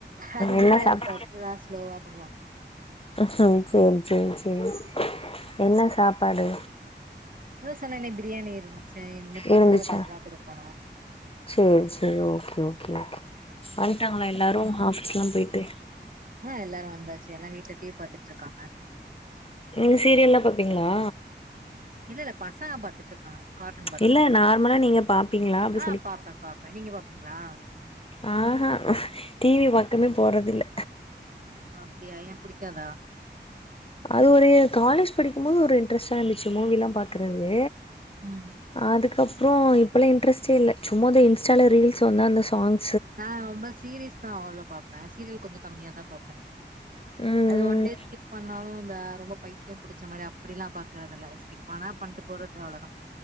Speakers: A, on the right; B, on the left.
A: ஹரிபரியா
B: என்ன சாப்
A: இருக்காது எல்லா ஸ்லோவா பண்வாங்
B: சேரி சேரி சேரி என்ன சாப்பாடு
A: இப்ப தா சொன்னனே பிரியாணி இருந் இனிமே பசங்களுக்கு
B: இருந்துச்சா
A: அதுதா குடுக்கணு
B: சேரி சேரி ஓகே ஓகே ஓகே வந்ட்டாங்களா எல்லாரு ஆஃபிஸ்லா போய்ட்டு
A: ஆ எல்லாரு வந்தாச்சு எல்லா வீட்ல டி வி பாத்துட்ருக்காங்க
B: நீங்க சீரியல்லா பாப்பீங்களா
A: இல்ல இல்ல பசங்க பாத்துட்ருக்காங்க கார்டூன் பாத்துட்ருக்கா
B: இல்ல நார்மலா நீங்க பாப்பீங்களா அப்டி
A: ஆ பாப்பே பாப்பே நீங்க பாப்பீங்ளா
B: ஆ ஹா டி வி பக்கமே போறதில்ல
A: ஓ அப்டியா ஏ புடிக்காதா
B: அது ஒரு காலேஜ் படிக்கும் போது ஒரு இன்ட்ரெஸ்ட்டா இருந்துச்சு மூவிலா பாக்குறது
A: ம்
B: அதுக்கப்றோ இப்பலா இன்ட்ரெஸ்டே இல்ல சும்மா இந்த இன்ஸ்டால ரீல்ஸ் வந்தா அந்த சாங்
A: நா ரொம்ப சீரிஸ் தா அவளோ பாப்பே சீரியல் கொஞ்ச கம்மியா தா பாப்பே
B: ம்
A: அது ஒன் டே ஸ்கிப் பண்ணாலு இந்த ரொம்ப பைத்தியம் புடிச்ச மாரி அப்டிலா பாக்குறதுல்ல ஸ்கிப்பானா பண்ட்டு போறது அவளதா